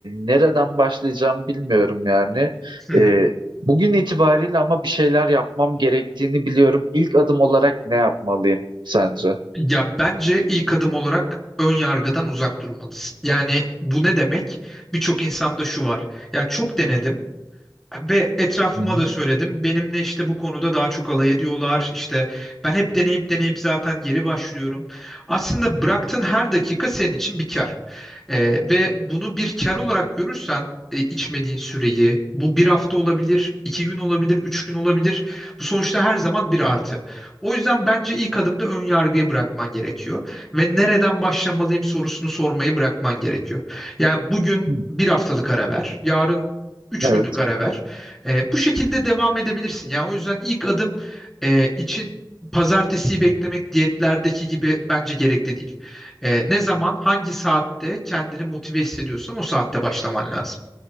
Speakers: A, on the right; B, in the centre.
A: nereden başlayacağım bilmiyorum yani.
B: <laughs>
A: E, bugün itibariyle ama bir şeyler yapmam gerektiğini biliyorum. İlk adım olarak ne yapmalıyım sence?
B: Ya bence ilk adım olarak ön yargıdan uzak durmalısın. Yani bu ne demek? Birçok insanda şu var. Ya çok denedim. Ve etrafıma
A: Hı
B: da söyledim. Benimle işte bu konuda daha çok alay ediyorlar. İşte ben hep deneyip deneyip zaten geri başlıyorum. Aslında bıraktığın her dakika senin için bir kar. Ee, ve bunu bir kar olarak görürsen e, içmediğin süreyi, bu bir hafta olabilir, iki gün olabilir, üç gün olabilir. Bu sonuçta her zaman bir artı. O yüzden bence ilk adımda ön yargıyı bırakman gerekiyor. Ve nereden başlamalıyım sorusunu sormayı bırakman gerekiyor. Yani bugün
A: hı.
B: bir haftalık ara ver, yarın üç günlük
A: Evet,
B: ara ver. E, bu şekilde devam edebilirsin. Yani o yüzden ilk adım e, için pazartesiyi beklemek diyetlerdeki gibi bence gerekli değil. E, ne zaman, hangi saatte kendini motive hissediyorsan o saatte başlaman lazım.